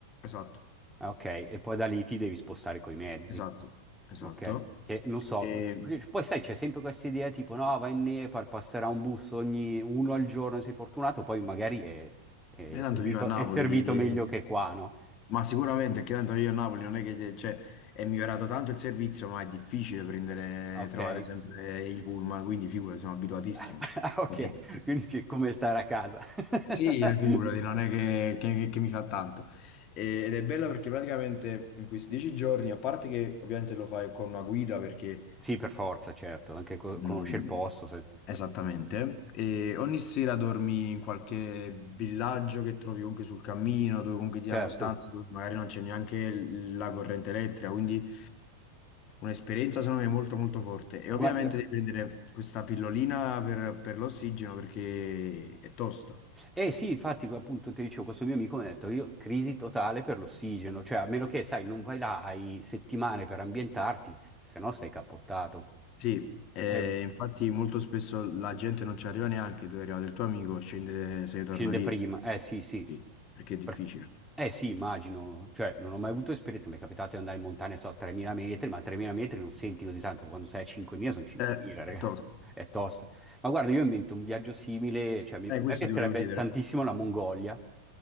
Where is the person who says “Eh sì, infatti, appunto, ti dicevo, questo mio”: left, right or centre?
Centre